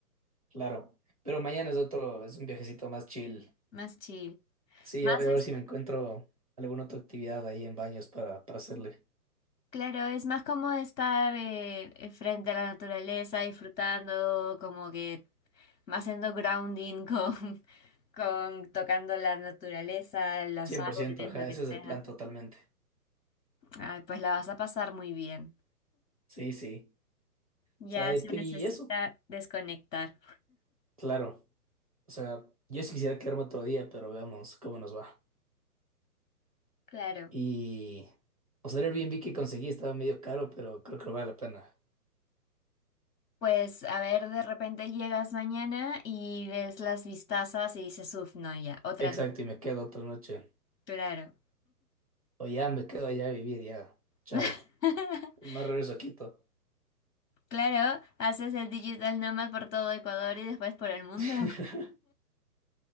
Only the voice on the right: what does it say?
Claro. Pero mañana es otro, es un viajecito más chill.
Sí,
ya voy a ver
si me encuentro alguna otra actividad ahí en baños para, para hacerle.
cien
por ciento. ajá,
ese
es el plan totalmente.
Sí, sí.
O sea,
y
y eso,
claro. O sea, yo sí quisiera quedarme otro día, pero veamos cómo nos va.
Y, o sea, el Airbnb que conseguí estaba medio caro, pero creo que lo vale la pena.
Exacto,
y me quedo otra noche.
O ya me quedo allá a vivir, ya. Chao.
No regreso a Quito.
<laughs>